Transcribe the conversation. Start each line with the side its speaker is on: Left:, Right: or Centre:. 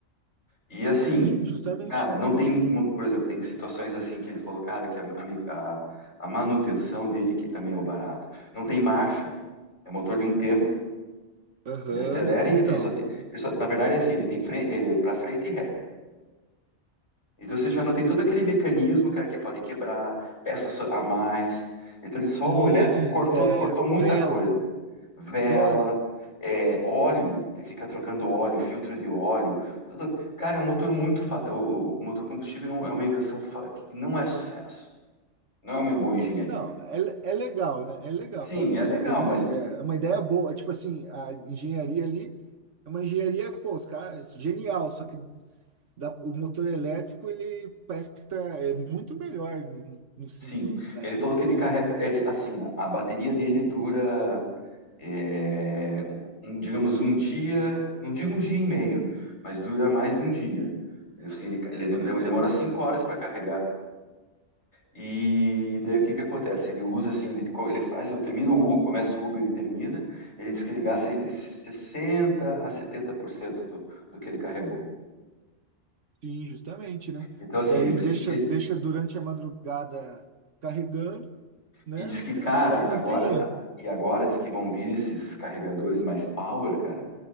Left: E assim,
Right: Sim, justamente.
Left: cara, não tem, por exemplo, tem situações assim que ele falou, cara, que a, a- a manutenção dele que também é o barato. Não tem marcha, é motor de um tempo.
Right: Aham.
Left: Ele acelera e
Right: Então,
Left: ele só tem, ele só, na verdade, assim, ele tem frente, ele para frente e ré. Então você já não tem todo aquele mecanismo, cara, que pode quebrar, peças a mais. Então ele só
Right: sim,
Left: o elétrico cortou,
Right: é,
Left: cortou muita
Right: vela.
Left: coisa. vela,
Right: Vela.
Left: é, óleo, tem que ficar trocando óleo, filtro de óleo. tudo- Cara, é um motor muito. fa- O, o- o motor combustível é, um- é uma invenção fa- que não é sucesso. Não é uma boa engenharia.
Right: Não, é, é legal, né? É legal.
Left: Sim, é legal,
Right: É bem,
Left: mas
Right: é uma ideia boa. É Tipo assim, a engenharia ali é uma engenharia, pô, os caras, genial. Só que dá- o motor elétrico, ele presta, é muito melhor, no, no,
Left: sim.
Right: no- né?
Left: Ele falou que
Right: né?
Left: ele carrega. Ele, assim, a, a bateria dele dura. é, um, um, digamos, um dia. Não digo um dia e meio, mas dura mais de um dia. Ele, assim, ele, ele demora
Right: Aham.
Left: cinco horas para carregar E daí o que que acontece? Ele usa assim, ele, co- ele faz, eu termino o Uber, começa o Uber, ele termina, ele diz que ele gasta entre 60 a 70% do, do que ele carregou.
Right: Sim, justamente, né?
Left: Então assim,
Right: Daí
Left: ele precisa
Right: deixa, deixa durante a madrugada carregando, né?
Left: e diz
Right: Não
Left: que
Right: tem,
Left: cara, agora
Right: não tem erro.
Left: e agora diz que vão vir esses carregadores mais power, cara.